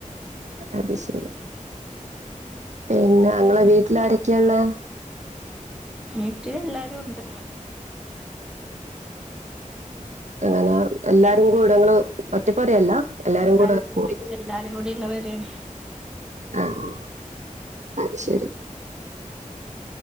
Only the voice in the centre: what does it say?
വീട്ടില് എല്ലാരും ഉണ്ട്
നാല്
കുട്ടികള്
എല്ലാരും കൂടി ഉള്ളവരെയാണ്